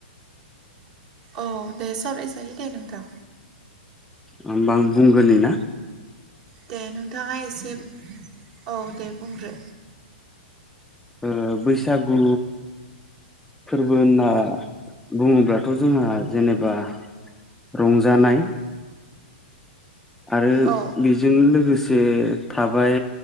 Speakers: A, on the right (about 50°); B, in the centre.
A: औ दे सावरायजायो दे नोंथां।
B: होमबा आं बुग्रोनि ना।
A: दे नोंथाङा एसे औ दे बुंग्रो।
B: ओ बैसागु फोरबो होनना बुङोब्लाथ' जोंहा जेनेबा रंजानाय आरो
A: औ
B: बेजों लोगोसे जे थाबाय